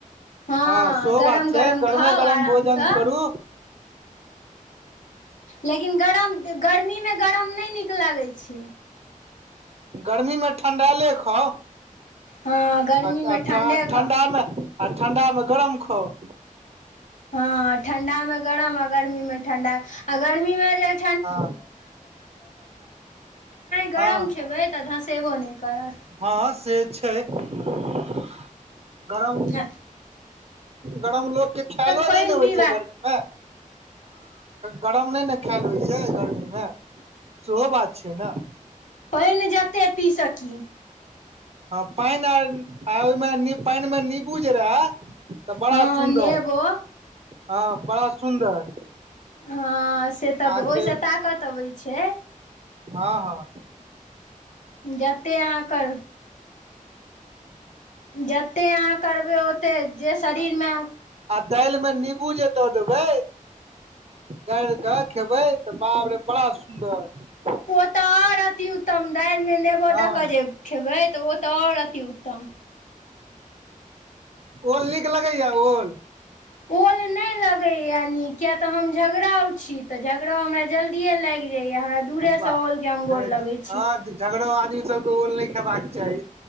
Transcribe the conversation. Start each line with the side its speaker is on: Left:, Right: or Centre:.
Left: हँ
Right: हाँ सेहो
Left: गरम
Right: बात
Left: गरम
Right: छै गरमे
Left: खाउ
Right: गरम
Left: आरामसँ
Right: भोजन करू
Left: लेकिन गरम गर्मीमे गरम नहि नीक लागै छै
Right: गर्मीमे ठंडेले खाउ
Left: हँ गर्मीमे
Right: आ
Left: ठण्डे
Right: ठण्डामे
Left: खाउ
Right: आ ठण्डामे गरम खाउ
Left: हाँ ठण्डा मे गरम आ गर्मी मे ठंडा आ गर्मी मे <unintelligible> नहि
Right: हँ
Left: गरम
Right: हँ
Left: खेबै तऽ धसेबो नहि करत
Right: हँ से <inaudible> गरम
Left: आठ
Right: गरम लोककेँ खायलो
Left: पानि
Right: नहि ने
Left: पीबाक
Right: होइ छै गर्मीमे गरम नहि ने खायल होइत छैक गर्मीमे सेहो बात छै ने
Left: पान जेते पी सकी
Right: ह पाइन आर ओहिमे पाइन मे नीबू जे रहे तऽ बड़ा
Left: हँ
Right: सुन्दर
Left: नेबो
Right: हू बड़ा सुन्दर
Left: हाँ से तऽ
Right: अहाँके
Left: ओहिसे ताकत अबैत छै
Right: हाँ हाँ
Left: जते अहाँ कल जतेक अहाँ करबय ओतेक जे शरीरमे
Right: दाल मे नीबू जे दऽ देबै गाइर क खेबैय त बाप रे बड़ा सुन्दर।
Left: ओ त आओर अतिउत्तम दालिमे नेबो
Right: हँ
Left: द क जे खेबैय त ओ त आओर अतिउत्तम।
Right: ओल नीक लगैए ओल?
Left: ओल नै लगैए नीक, किये त हम झगड़ाउ छी त झगड़ाउ हमरा जल्दिए लागि जाइये हमरा दुरे
Right: वाह
Left: सँ ओल केँ हम
Right: हँ
Left: गोर लगैय छी।
Right: झगड़ो आदमी सबकेँ ओल नहि खेबाक चाही।